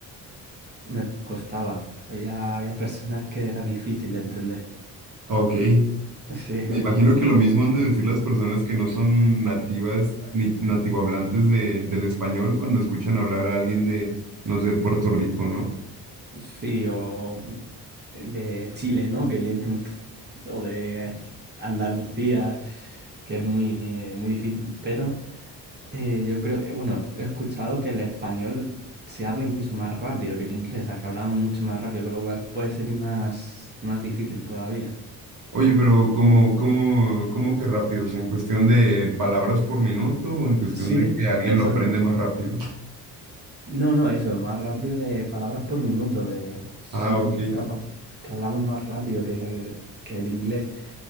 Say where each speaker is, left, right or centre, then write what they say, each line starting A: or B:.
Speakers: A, on the right; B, on the right.
A: Me costaba. Había, había personas que era difícil de entender.
B: Ok.
A: <laughs> Sí,
B: Me imagino que lo mismo han de decir las personas que no son nativas ni nativohablantes de, del español cuando escuchan hablar a alguien de, no sé, Puerto Rico, ¿no?
A: sí, o de Chile, ¿no? Que tienen, o de Andalucía, que es muy, muy difícil. Pero Eh, yo creo, eh, bueno, he escuchado que el español se habla incluso más rápido que el inglés, o sea, que hablamos mucho más rápido, con lo cual puede ser más, más difícil todavía.
B: Oye, pero ¿cómo, cómo, cómo que rápido? O sea, ¿en cuestión de palabras por minuto o en cuestión
A: Sí,
B: de que alguien
A: esa-
B: lo aprende más rápido?
A: no, no, eso, más rápido de palabras por minuto, que somos
B: Ah, ok.
A: capaces, que hablamos más rápido que, que el inglés.